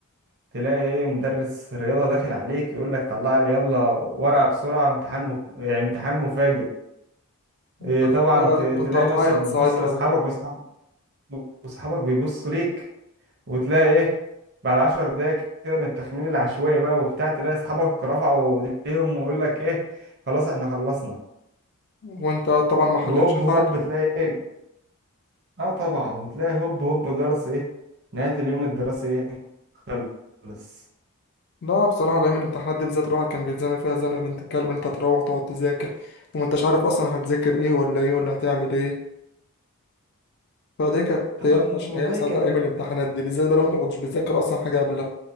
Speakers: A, on the right (about 50°); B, on the left (about 50°).
A: تلاقي ايه مدرس رياضة داخل عليك يقول لك طلع لي يلا ورقة بسرعة امتحان مك... يعني امتحان مفاجئ
B: أنت
A: إيه
B: كنت
A: طبعا
B: بقى
A: ت... تلاقي
B: كنت هتعيط
A: نفسك بتبص
B: ساعتها
A: لاصحابك
B: بقى
A: واصحابك واصحابك بيبصوا ليك وتلاقي ايه بعد عشر دقايق كده من التخمين العشوائي بقى وبتاع تلاقي اصحابك رفعوا ايديهم ويقول لك ايه خلاص احنا خلصنا
B: وأنت طبعا ما حلتش
A: وهوب
B: حاجة
A: هوب تلاقي ايه اه طبعا وتلاقي هوب هوب جرس ايه نهاية اليوم الدراسي ايه خلص
B: لا بصراحة دايما الامتحانات دي بالذات الواحد كان بيتزنق فيها زنقة بنت الكلب أنت تروح تقعد تذاكر وما أنتش عارف أصلا هتذاكر إيه ولا إيه ولا هتعمل إيه فدي كانت
A: طبعا
B: أوحش
A: والله
B: الأيام ساعتها
A: كانت
B: أيام الامتحانات دي بالذات بقى لو أنت ما كنتش بتذاكر أصلا حاجة قبلها